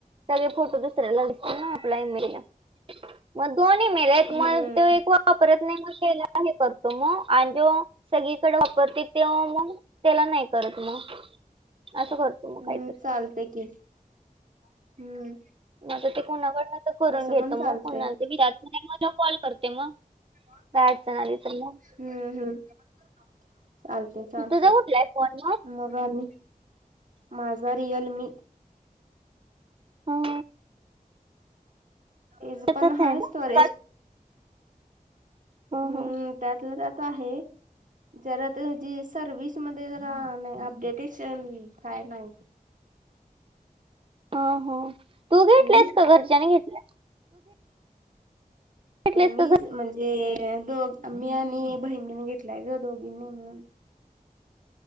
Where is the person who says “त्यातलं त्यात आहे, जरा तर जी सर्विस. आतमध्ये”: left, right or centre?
Right